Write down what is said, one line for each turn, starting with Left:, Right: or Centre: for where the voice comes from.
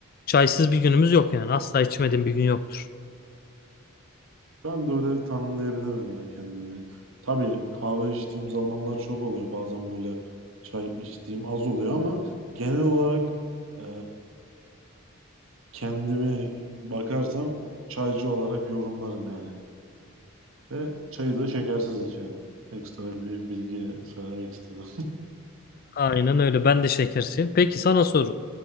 Left: Çaysız bir günümüz yok yani. Asla içmediğim bir gün yoktur.
Right: Ben de öyle tanımlayabilirim ya kendimi. Tabii kahve içtiğim zamanlar çok oluyor. Bazen böyle çay içtiğim az oluyor ama genel olarak e, kendimi bakarsam çaycı olarak yorumlarım yani. Ve çayı da şekersiz içerim. Ekstra bir bilgi söylemek istedim.
Left: Aynen öyle. Ben de şekerciyim. Peki sana soru.